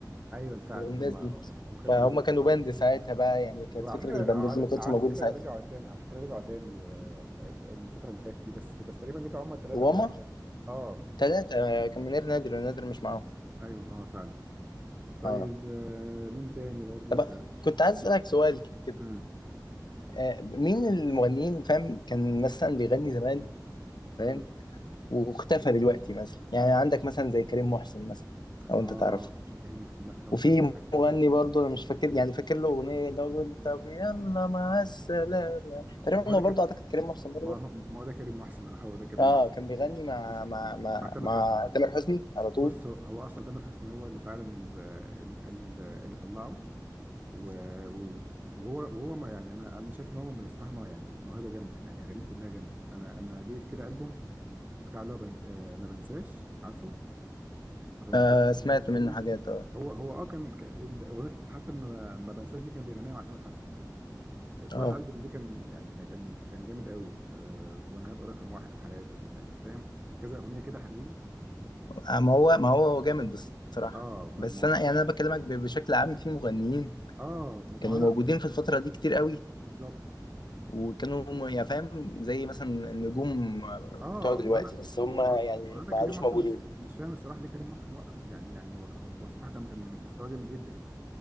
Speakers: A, on the right; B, on the left.
A: ايوه فعلا
B: والناس
A: هم
B: دي
A: هم كانوا
B: فهم
A: موجودين
B: كانوا
A: من زمان
B: باند ساعتها بقى يعني كانت
A: وعلى
B: فكره
A: فكره
B: الباندات
A: على,
B: دي ما كانتش
A: على
B: موجوده
A: فكره
B: ساعتها
A: رجعوا تاني على فكره رجعوا تاني آه، الفتره اللي فاتت دي بس بس تقريبا رجعوا هم الثلاثه
B: وهما
A: من غير بقى. اه
B: ثلاثه كان منير نادر نادر مش معاهم
A: ايوه اه فعلا
B: اه
A: طيب آه، مين تاني برضو
B: طب
A: كان
B: كنت عايز اسالك سؤال كده
A: امم
B: آه مين المغنيين فاهم كان مثلا بيغني زمان
A: امم
B: فاهم واختفى دلوقتي مثلا يعني عندك مثلا زي كريم محسن مثلا لو
A: اه
B: انت تعرف
A: كريم محسن لا طبعا
B: وفي
A: ده
B: مغني برضه انا مش فاكر يعني فاكر له اغنيه اللي هو بيقول طب يلا مع السلامه تقريبا
A: ما هو ده
B: هو
A: ك...
B: برضه اعتقد كريم محسن برضه
A: ما هو ما هو ده كريم محسن <laughs> اه هو ده كريم
B: اه
A: محسن
B: كان بيغني مع
A: مش
B: مع مع
A: مع تامر
B: مع
A: حسني
B: تامر حسني على طول
A: بص هو هو اصلا تامر حسني هو اللي فعلا ال- ال- ال- اللي طلعه و- و- وهو وهو ما يعني انا انا شايف ان هو من الصراحه ما يعني موهبه جامده يعني اغانيه كلها جامده انا انا ليه كده البوم بتاع اللي هو بن... آه، ما بنساش عارفه ما بنساش
B: آه سمعت
A: اللي كان بينا
B: منه حاجات اه
A: هو هو اه كان ك- الاغنيه حتى ما, ما بنساش دي كان بيغنيها مع تامر حسني صراحه
B: اه
A: الالبوم ده كان يعني كان كان كان جامد قوي آه وانا هبقى رقم واحد في حياتك يعني فاهم كذا اغنيه كده حلوين
B: آه، ما هو ما هو هو جامد بصراحه
A: اه ما
B: بس
A: ما
B: انا يعني انا بكلمك ب- بشكل عام في مغنيين
A: اه ما ما
B: كانوا
A: انا
B: موجودين في الفتره دي كتير قوي
A: بالظبط
B: وكانوا هم- يعني فاهم زي مثلا النجوم
A: اه
B: بتوع دلوقتي
A: ما انا
B: بس
A: ما,
B: هم يعني
A: ما انا
B: ما
A: كريم
B: عادوش
A: محسن
B: موجودين
A: مش مش فاهم الصراحه ليه كريم محسن وقف يعني يعني هو هو هو الصراحه كان كان مستواه جامد جدا